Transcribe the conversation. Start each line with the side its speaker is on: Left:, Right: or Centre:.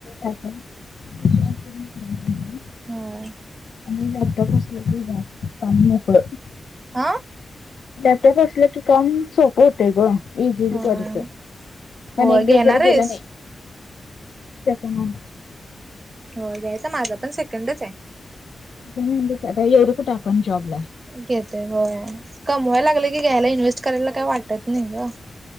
Left: विचारतो म्हटलं मी
Right: होय
Left: आणि लॅपटॉप असं पानी उकळ <unintelligible>
Right: हा.
Left: लॅपटॉप असलं की काम सोप होत. होतय गं. इझी
Right: होय
Left: पडत. पण
Right: होय
Left: एक
Right: घेणार
Left: दिवस जरी
Right: आहेस
Left: गेलं नाही. तेच म्हणालोय.
Right: हो घ्यायचा. माझा पण सेकंडच आहे.
Left: एवढं कुठं आपण जॉब ला आहे.
Right: घेतेय होय. कमवायला लागले की, घ्यायला इन्व्हेस्ट करायला काही वाटत नाही ग.